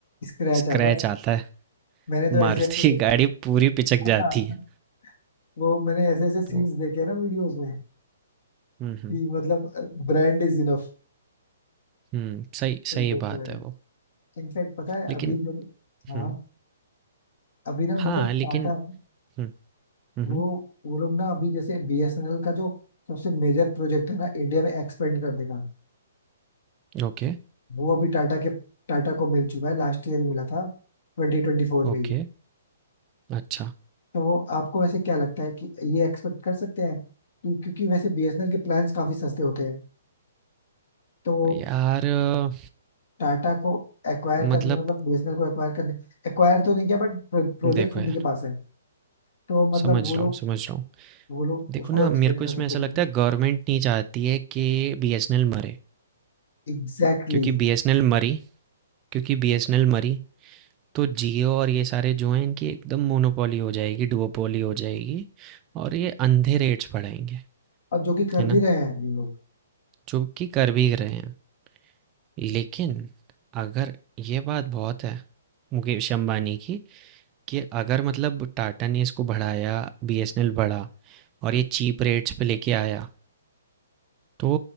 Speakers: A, on the left; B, on the right.
A: स्क्रैच
B: स्क्रैच
A: आता है।
B: आता है,
A: मैंने तो ऐसे
B: मारुति
A: ऐसे
B: की
A: देखा
B: गाड़ी पूरी पिचक जाती
A: है।
B: है।
A: <laughs> वो मैंने ऐसे ऐसे सीन्स
B: तो
A: देखे हैं ना वीडियोस में
B: हुँ, हुँ,
A: कि मतलब ब्रांड इज इनफ
B: हुँ, सही सही
A: वो
B: बात
A: तो है
B: है वो।
A: इनफैक्ट पता है
B: लेकिन
A: अभी जब हाँ
B: हुँ,
A: अभी ना मतलब
B: हाँ,
A: टाटा
B: लेकिन हुँ, हुँ,
A: वो
B: हुँ,
A: वो लोग ना अभी जैसे बीएसएनएल का जो सबसे मेजर प्रोजेक्ट है ना इंडिया में एक्सपेंड करने का
B: ओके,
A: वो अभी टाटा के टाटा को मिल चुका है लास्ट ईयर ही मिला था ट्वेंटी ट्वेंटी फोर में
B: ओके,
A: ही
B: अच्छा।
A: तो आपको वैसे क्या लगता है कि ये एक्सपेक्ट कर सकते हैं कि क्योंकि वैसे बीएसएनएल के प्लान्स काफी सस्ते होते हैं तो
B: यार अ,
A: टाटा को एक्वायर करने
B: मतलब
A: मतलब बीएसएनएल को एक्वायर करने एक्वायर तो नहीं किया बट प्रोजेक्ट
B: देखो
A: उन्हीं
B: यार,
A: के पास है तो
B: समझ
A: मतलब वो
B: रहा
A: लोग
B: हूँ, समझ रहा हूँ।
A: वो लोग
B: देखो
A: उसको
B: ना
A: एक्सपेक्ट
B: मेरे को
A: कर
B: इसमें
A: सकते
B: ऐसा
A: हैं
B: लगता है गवर्नमेंट नहीं चाहती है कि बीएसएनएल मरे,
A: Exactly
B: क्योंकि
A: exactly.
B: बीएसएनएल मरी क्योंकि बीएसएनएल मरी तो जियो और ये सारे जो हैं इनकी एकदम मोनोपोली हो जाएगी डुओपोली हो जाएगी और ये अंधे रेट्स बढ़ाएंगे
A: और जो कि कर
B: है ना
A: भी रहे हैं ये लोग
B: जो कि कर भी रहे हैं लेकिन अगर ये बात बहुत है मुकेश अंबानी की कि अगर मतलब टाटा ने इसको बढ़ाया बीएसएनएल बढ़ा और ये चीप रेट्स पे लेके आया तो